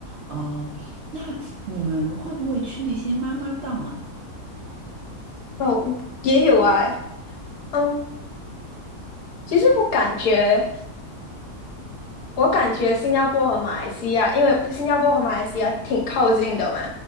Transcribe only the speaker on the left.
<laughs> 哦，也有啊，嗯，其实我感觉我感觉新加坡和马来西亚，因为新加坡和马来西亚挺靠近的嘛。